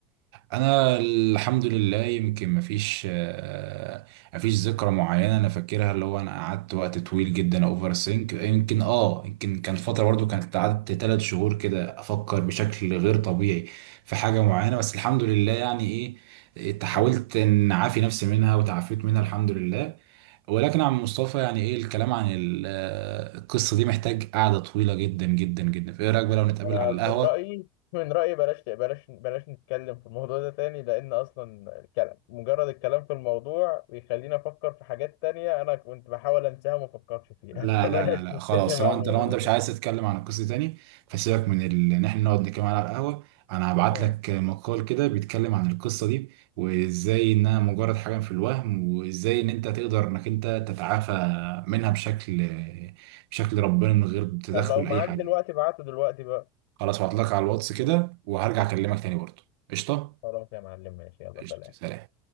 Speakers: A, on the right (about 80°); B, on the left (about 75°).
A: انا الحمد لله يمكن مفيش آه، مفيش ذكرى معينه انا فاكرها اللي هو انا قعدت وقت طويل جدا اوفر سينك يمكن اه يمكن كان فتره برضو كانت قعدت ثلاث شهور كده افكر بشكل غير طبيعي في حاجه معينه بس الحمد لله يعني ايه إيه، حاولت
B: مم.
A: ان اعافي نفسي منها وتعافيت منها الحمد لله ولكن عم مصطفى يعني ايه الكلام عن ال- آه، القصه دي محتاج قعده طويله جدا جدا جدا فايه رايك بقى لو نتقابل
B: أنا
A: على
B: من
A: القهوه
B: رأيي من رأيي بلاش بلاش بلاش نتكلم في الموضوع ده تاني لأن أصلا الكلام مجرد الكلام في الموضوع بيخليني أفكر في حاجات تانية أنا كنت بحاول أنساها وما أفكرش فيها
A: لا
B: <laughs> فبلاش
A: لا لا لا
B: نتكلم
A: خلاص لو
B: عن
A: انت
B: الموضوع
A: لو انت
B: ده
A: مش
B: تاني
A: عايز تتكلم عن القصه تاني فسيبك من ال... ان احنا نقعد نتكلم على القهوه انا هبعت
B: آه.
A: لك مقال كده بيتكلم عن القصه دي وازاي انها مجرد حاجه في الوهم وازاي ان انت تقدر انك انت تتعافى منها بشكل بشكل ربنا من غير تدخل
B: طب لو معاك
A: اي حاجه
B: دلوقتي ابعته دلوقتي بقى
A: خلاص هبعت لك على الواتس كده وهرجع اكلمك تاني برضه قشطه
B: خلاص يا معلم ماشي يلا
A: قشطه
B: سلام
A: سلام